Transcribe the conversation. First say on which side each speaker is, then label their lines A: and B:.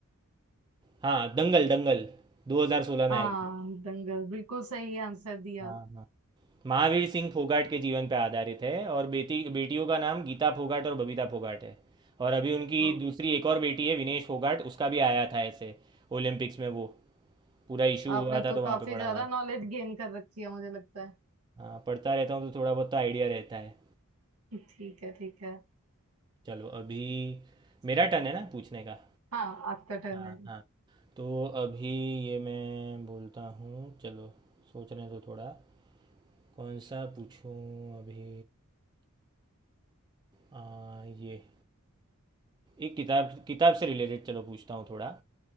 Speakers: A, on the right; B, on the right.
A: हाँ दंगल दंगल 2016 में
B: हाँ
A: आई थी
B: दंगल बिल्कुल सही आंसर दिया
A: हाँ हाँ। महावीर सिंह फोगाट के जीवन पर आधारित है और बेटी बेटियों का नाम गीता फोगाट और बबीता फोगाट है और अभी उनकी
B: ओ,
A: दूसरी एक और बेटी है विनेश फोगाट उसका भी आया था ऐसे ओलंपिक्स में वो पूरा इशू
B: आपने
A: हुआ था
B: तो
A: तो वहाँ
B: काफी
A: पे पढ़ा
B: ज्यादा
A: था
B: नॉलेज गेन कर रखी है मुझे लगता है
A: हाँ पढ़ता रहता हूँ तो थोड़ा बहुत तो आइडिया रहता है
B: ठीक है ठीक
A: चलो अभी मेरा
B: है
A: टर्न है ना पूछने का
B: हाँ आपका टर्न
A: हाँ
B: है
A: हाँ तो अभी ये मैं बोलता हूँ चलो सोचने दो थोड़ा कौन सा पूछूं अभी आ, ये एक किताब किताब से रिलेटेड चलो पूछता हूँ थोड़ा